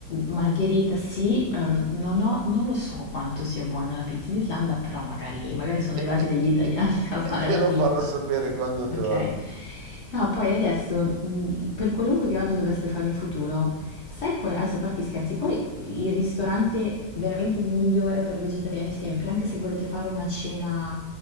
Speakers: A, on the left; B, on the right.
A: Margherita sì, eh, non ho- non lo so quanto sia buona la pizza in Islanda, però magari, magari sono arrivati
B: <laughs>
A: degli italiani <laughs> a fare
B: E te
A: la
B: lo
A: pizza.
B: farò sapere quando
A: Ok?
B: torno.
A: No, poi adesso, mh, per qualunque viaggio doveste fare in futuro, sai qual, adesso a parte gli scherzi, qual è il ristorante veramente migliore per vegetariani sempre, anche se volete fare una cena